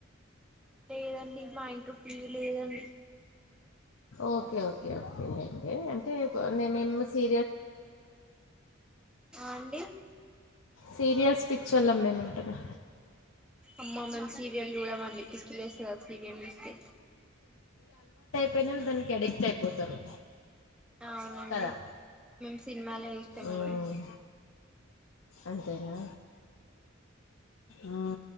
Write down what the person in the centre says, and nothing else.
లేదండి మా ఇంట్ వ లేదండి
ఆ అండి
అమ్మా మేం సీరియల్ చూడమండి పిక్చ్చలుస్తు కా సీరియల్ చూస్తే
అవునండి
మేము సినిమాలే చూస్తామండి